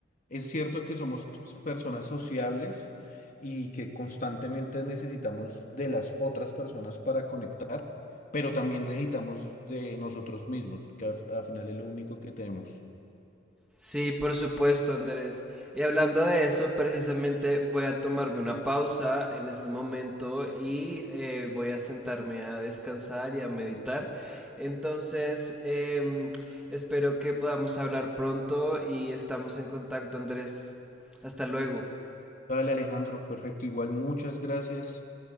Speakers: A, on the left (about 45°); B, in the centre.
A: es cierto que somos pues, personas sociables y que constantemente necesitamos de las otras personas para conectar, pero también necesitamos de nosotros mismos, porque al, al final es lo único que tenemos.
B: sí, por supuesto, Andrés. Y hablando de eso, precisamente voy a tomarme una pausa en este momento y eh, voy a sentarme a descansar y a meditar. Entonces, em, espero que podamos hablar pronto y estamos en contacto, Andrés. Hasta luego.
A: Vale, Alejandro, perfecto. Igual muchas gracias